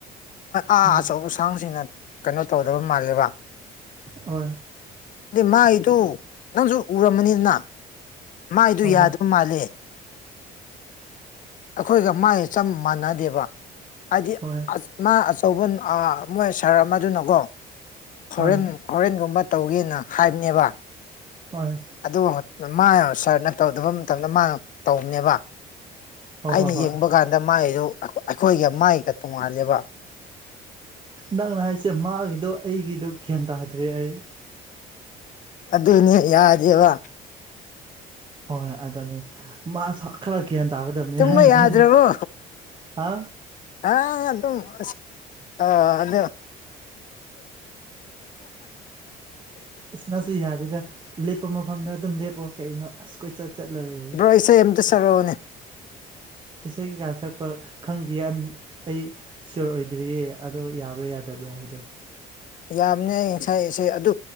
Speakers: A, on the left; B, on the right.
A: ꯑꯥ
B: ꯎꯝ
A: ꯑꯆꯧꯕ ꯑꯁꯥꯡꯁꯤꯅ ꯀꯩꯅꯣ ꯇꯧꯗꯕ ꯃꯥꯜꯂꯦꯕ
B: ꯍ
A: ꯑꯗꯨꯗꯤ ꯃꯥꯏꯗꯨꯣ ꯅꯪꯁꯨ ꯎꯔꯝꯃꯅꯤꯗꯅ ꯃꯥꯏꯗꯨ
B: ꯍꯣꯏ
A: ꯌꯥꯗꯕ
B: ꯍꯣꯏ
A: ꯃꯥꯜꯂꯦ ꯑꯩꯈꯣꯏꯒ ꯃꯥꯏꯒ ꯆꯞ ꯃꯥꯟꯅꯗꯦꯕ ꯍꯥꯏꯗꯤ
B: ꯍꯣꯏ
A: ꯃꯥ ꯑꯆꯧꯕ ꯃꯣꯏ ꯁꯥꯔ ꯑꯃꯗꯨꯅꯀꯣ ꯍꯣꯔꯦꯟ
B: ꯍꯣꯏ
A: ꯑꯣꯣꯔꯦꯟꯒꯨꯝꯕ ꯇꯧꯒꯦꯅ ꯍꯥꯏꯕꯅꯦꯕ
B: ꯍꯣꯏ
A: ꯑꯗꯨ ꯃꯥꯅ ꯁꯥꯔꯅ ꯇꯧꯗꯕ ꯃꯇꯝꯗ ꯃꯥꯅ ꯇꯧꯕꯅꯦꯕ
B: ꯍꯣꯏ
A: ꯑꯩꯅ
B: ꯍꯣꯏ ꯍꯣꯏ
A: ꯌꯦꯡꯕ ꯀꯥꯟꯗ ꯃꯥꯏꯗꯨ ꯑꯩꯈꯣꯏꯒ ꯃꯥꯏꯒ ꯇꯣꯡꯉꯥꯜꯂꯦꯕ
B: ꯅꯪꯅ ꯍꯥꯏꯁꯦ ꯃꯥꯒꯤꯗꯣ ꯑꯩꯒꯤꯗꯣ ꯒ꯭ꯌꯥꯟ ꯇꯥꯗ꯭ꯔꯦ ꯑꯩ
A: ꯑꯗꯨꯅꯦ ꯌꯥꯗꯦꯕ
B: ꯍꯣꯏ ꯍꯣꯏ ꯑꯗꯨꯅꯦ ꯃꯥꯁ ꯈꯔ ꯒ꯭ꯌꯥꯟ ꯇꯥꯒꯗꯕꯅꯤ
A: ꯇꯨꯝꯕ
B: ꯍꯥꯏꯔꯅꯦ
A: ꯌꯥꯗ꯭ꯔꯕꯣ
B: ꯍꯥ
A: ꯑ ꯑꯗꯨꯝ ꯑ ꯑꯗꯨꯗ
B: ꯏꯁꯅꯁꯨ ꯌꯥꯔꯤꯗꯦ ꯂꯦꯞꯄ ꯃꯐꯝꯗ ꯑꯗꯨꯝ ꯂꯦꯞꯄꯣ ꯀꯩ ꯑꯩꯅꯣ ꯑꯁ ꯀꯣꯏ ꯆ ꯆꯠꯂꯔꯦ
A: ꯕ꯭ꯔꯣ ꯏꯁꯩ ꯑꯝꯇ ꯁꯔꯛꯑꯣꯅꯦ
B: ꯏꯁꯩ ꯀꯩꯀꯥ ꯁꯛꯄ ꯈꯪꯗꯦ ꯑꯩ ꯁꯤꯌꯣꯔ ꯑꯣꯏꯗ꯭ꯔꯤꯌꯦ ꯑꯗꯣ ꯌꯥꯕ꯭ꯔꯥ ꯌꯥꯗꯕ꯭ꯔꯥ ꯍꯥꯏꯗꯣ
A: ꯌꯥꯝꯅꯤ ꯑꯩ ꯉꯁꯥꯏ ꯏꯁꯩ ꯑꯗꯨ